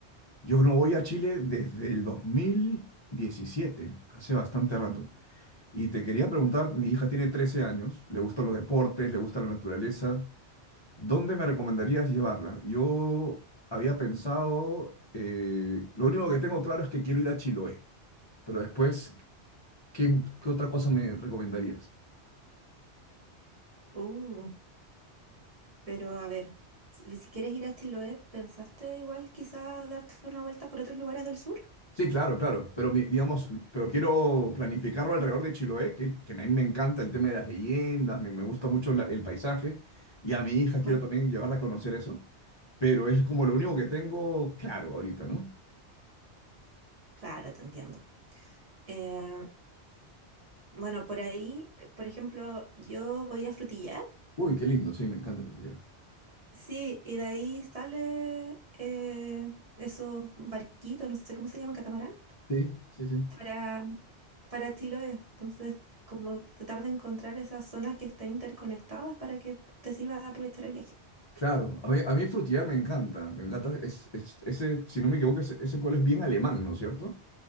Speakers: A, on the left; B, on the right.
A: yo no voy a Chile desde el 2017, hace bastante rato.
B: Mm.
A: Y te quería preguntar, mi hija tiene 13 años, le gustan los deportes, le gusta la naturaleza. ¿Dónde me recomendarías llevarla? Yo había pensado, eh, lo único que tengo claro es que quiero ir a Chiloé, pero después, ¿qué, qué otra cosa me recomendarías?
B: Uh, pero a ver, si, si quieres ir a Chiloé, ¿pensaste igual quizá darte una vuelta por otros lugares del sur?
A: Sí, claro, claro, pero mi- digamos, pero quiero planificarlo alrededor de Chiloé, que, que a mí me encanta el tema de las leyendas, me, me gusta mucho la- el paisaje, y a mi hija quiero
B: Bueno,
A: también llevarla a conocer eso, pero es como lo único que tengo claro ahorita, ¿no?
B: claro, te entiendo. Eh, bueno, por ahí, por ejemplo, yo voy a Frutillar,
A: Uy, qué lindo, sí, me encanta Portugal.
B: sí, y de ahí sale eh, esos barquitos, no sé cómo se llaman, catamarán,
A: Sí, sí, sí.
B: para, para Chiloé. Entonces, como tratar de encontrar esas zonas que estén interconectadas para que te sirva de aprovechar el viaje.
A: Claro, a mí, a mí frutillar me encanta, me encanta, es, es- ese, si no me equivoco, ese, ese pueblo es bien alemán, ¿no es cierto?